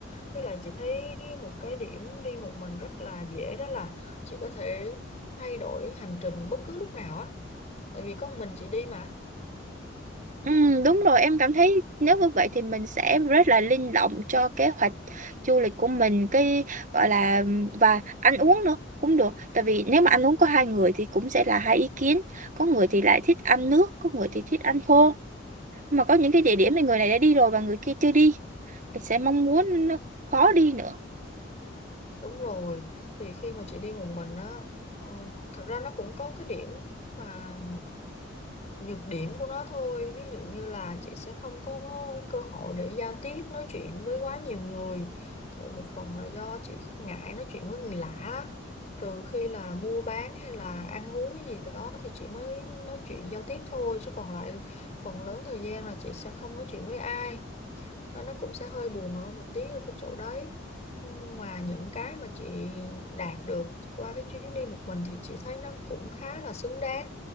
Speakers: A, on the left; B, on the right.
A: Với lại chị thấy một cái điểm đi một mình rất là dễ đó là chị có thể thay đổi hành trình bất cứ lúc nào á. Tại vì có một mình chị đi mà.
B: Ừm, đúng rồi em cảm thấy nếu như vậy thì mình sẽ rất là linh động cho kế hoạch du lịch của mình cái gọi là và ăn uống nữa cũng được tại vì nếu mà ăn uống có hai người thì cũng sẽ là hai ý kiến có người thì lại thích ăn nước có người thì thích ăn khô mà có những cái địa điểm mà người này đã đi rồi và người kia chưa đi Mình sẽ mong muốn nó khó đi nữa.
A: Đúng rồi, thì khi mà chị đi một mình á, ờ, thật ra nó cũng có cái điểm mà nhược điểm của nó thôi. Ví dụ như là chị sẽ không có cơ hội để giao tiếp, nói chuyện với quá nhiều người. Thì một phần là do chị ngại nói chuyện với người lạ. Trừ khi là mua bán hay là ăn uống cái gì đó thì chị mới nói chuyện giao tiếp thôi. Chứ còn lại phần lớn thời gian là chị sẽ không nói chuyện với ai đó nó cũng sẽ hơi buồn hơn một tí ở cái chỗ đấy nhưng ngoài những cái mà chị đạt được qua cái chuyến đi một mình thì chị thấy nó cũng khá là xứng đáng